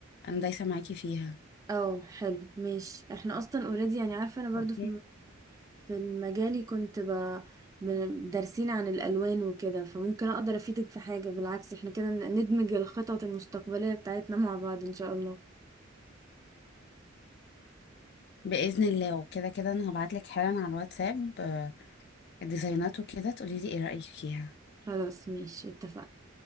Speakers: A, on the left; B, on the right.
A: انا دايسة معاكي فيها
B: اه حلو ماشي احنا اصلا اوريدي يعني عارفه انا برضو
A: اوكي
B: في كان مجالي كنت ب... بن- دارسين عن الألوان وكده فممكن أقدر أفيدك في حاجة بالعكس احنا كده ندمج الخطط المستقبلية بتاعتنا مع بعض إن شاء الله
A: بإذن الله وكده كده انا هبعتلك حالا على الواتساب آه، الديزاينات وكده تقولي لي ايه رأيك فيها
B: خلاص ماشي اتفقنا